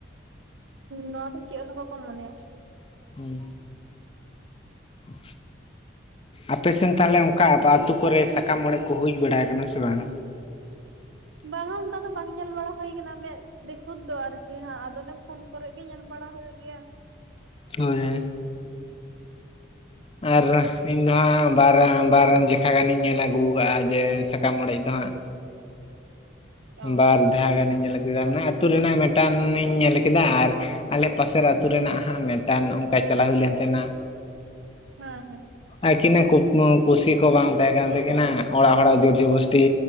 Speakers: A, on the right (about 80°); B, on the left (about 30°).
A: ᱱᱚᱣᱟ ᱫᱚ ᱪᱮᱫ ᱦᱚᱸ ᱵᱟᱠᱚ ᱢᱚᱱᱮᱭᱟᱜ ᱠᱟᱱᱟ ᱾
B: ᱦᱩᱸ ᱾ ᱟᱯᱮ ᱥᱮᱱ ᱛᱟᱦᱞᱮ ᱚᱱᱠᱟ ᱟᱛᱳ ᱠᱚᱨᱮ ᱥᱟᱠᱟᱢ ᱚᱲᱮᱡ ᱠᱚ ᱦᱩᱭ ᱵᱟᱲᱟᱣ ᱟᱠᱟᱱᱟ ᱥᱮ ᱵᱟᱝ?
A: ᱵᱟᱝᱟ ᱚᱱᱠᱟ ᱫᱚ ᱵᱟᱝ ᱧᱮᱞ ᱵᱟᱲᱟ ᱦᱩᱭ ᱟᱠᱟᱱᱟ ᱢᱮᱫ ᱫᱤᱠᱷᱩᱫ ᱫᱚ ᱟᱨᱠᱤ ᱦᱟᱸᱜ ᱟᱫᱚ ᱚᱱᱮ ᱯᱷᱳᱱ ᱠᱚᱨᱮᱫ ᱜᱮ ᱧᱮᱞ ᱵᱟᱲᱟ ᱦᱩᱭᱩᱜ ᱜᱮᱭᱟ ᱾
B: ᱦᱳᱭ ᱾ ᱟᱨ ᱤᱧ ᱫᱚ ᱦᱟᱸᱜ ᱵᱟᱨ ᱵᱟᱨ ᱡᱮᱠᱷᱟ ᱜᱟᱱᱤᱧ ᱧᱮᱞ ᱟᱹᱜᱩ ᱠᱟᱜᱼᱟ ᱡᱮ ᱥᱟᱠᱟᱢ ᱚᱲᱮᱡ ᱫᱚ ᱦᱟᱸᱜ,
A: ᱚ
B: ᱵᱟᱨ ᱫᱷᱟᱣ ᱜᱟᱱᱤᱧ ᱧᱮᱞ ᱟᱹᱜᱩᱭᱫᱟ ᱚᱱᱟ ᱟᱹᱛᱩ ᱨᱮᱱᱟᱜ ᱢᱮᱴᱟᱱᱤᱧ ᱧᱮᱞ ᱠᱮᱫᱟ ᱟᱨ, ᱟᱞᱮ ᱯᱟᱥᱮᱨ ᱟᱹᱛᱩ ᱨᱮᱱᱟᱜ ᱦᱟᱸᱜ ᱢᱤᱫᱴᱟᱱ ᱚᱱᱠᱟ ᱪᱟᱞᱟᱣ ᱦᱩᱭ ᱞᱮᱱ ᱛᱟᱦᱮᱱᱼᱟ ᱾
A: ᱦᱮᱸ ᱦᱮᱸ ᱾
B: ᱟᱠᱤᱱᱼᱟᱜ ᱠᱩᱠᱢᱩ ᱠᱩᱥᱤ ᱠᱚ ᱵᱟᱝ ᱛᱟᱦᱮᱸ ᱠᱟᱱ ᱛᱟᱹᱠᱤᱱᱟ ᱚᱲᱟᱜ ᱦᱚᱲᱼᱟᱜ ᱡᱳᱨ ᱡᱚᱵᱚᱥᱴᱤ,